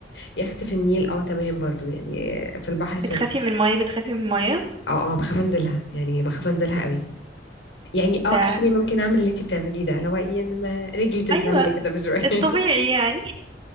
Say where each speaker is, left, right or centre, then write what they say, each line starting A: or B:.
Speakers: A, on the left; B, on the right.
A: يخت في النيل اه تمام برضو يعني في البحر سوري
B: بتخافي من المية بتخافي من المية
A: اه اه بخاف انزلها يعني بخاف انزلها قوي يعني
B: ده
A: اه اخري ممكن اعمل اللي انت بتعمليه ده اللي هو ايه انما رجلي تتبل
B: ايوه
A: كده بشويه
B: الطبيعي
A: <laughs>
B: يعني